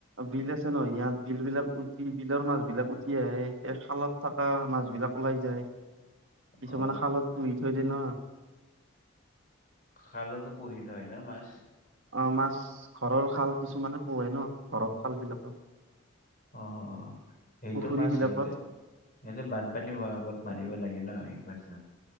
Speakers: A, on the right; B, on the left.
A: বিল আছে ন ইয়াত বিল বিলাক উতি বিলৰ মাছ বিলাক উতি আহে এই খালত থকা মাছবিলাক ওলাই যায়
B: <inaudible>
A: কিছুমানে
B: অ
A: খালত পুহি থৈ দিয়ে ন
B: খালতো পুহি থয় ন মাছ
A: অ মাছ ঘৰৰ খাল কিছুমানত পোহে ন ঘৰত খাল বিলাকত
B: অ অ সেইটো
A: পুখুৰী
B: মাছ
A: বিলাকত
B: সিহঁতে সিহতে বানপানী হোৱাৰ আগত মাৰিব লাগে ন একবাৰ